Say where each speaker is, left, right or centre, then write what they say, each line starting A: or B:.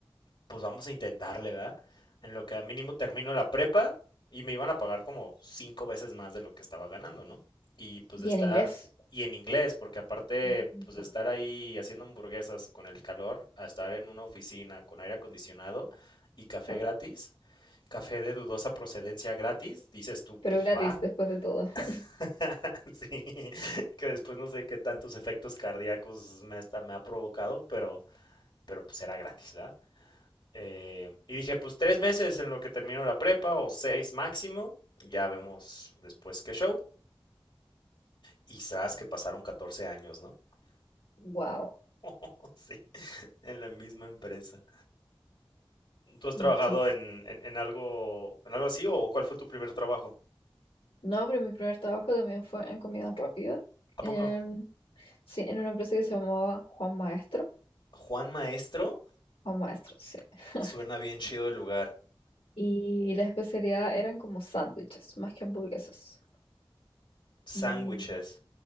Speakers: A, on the left (about 55°); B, on the left (about 85°).
A: pues vamos a intentarle, ¿verdad? En lo que a mínimo termino la prepa y me iban a pagar como cinco veces más de lo que estaba ganando, ¿no? Y pues
B: Y
A: de estar,
B: en inglés.
A: y en inglés, porque aparte,
B: Mm, Entiendo.
A: pues de estar ahí haciendo hamburguesas con el calor, a estar en una oficina con aire acondicionado y café
B: Claro.
A: gratis café de dudosa procedencia gratis, dices tú,
B: Pero
A: pues
B: gratis
A: va.
B: después de todo. <laughs>
A: <laughs> Sí, que después no sé qué tantos efectos cardíacos me, hasta me ha provocado, pero, pero pues era gratis, ¿verdad? Eh, y dije, pues tres meses en lo que termino la prepa o seis máximo, ya vemos después qué show. Y sabes que pasaron 14 años, ¿no?
B: Wow.
A: <laughs> Sí, en la misma empresa. ¿Tú has
B: Muchísimo.
A: trabajado en, en, en algo, en algo así o cuál fue tu primer trabajo?
B: No, pero mi primer trabajo también fue en comida rápida.
A: ¿A
B: En-
A: poco?
B: sí, en una empresa que se llamaba Juan Maestro.
A: Juan Maestro,
B: Juan Maestro, sí. <laughs>
A: suena bien chido el lugar.
B: Y la especialidad eran como sándwiches, más que hamburguesas. Mm,
A: Sándwiches.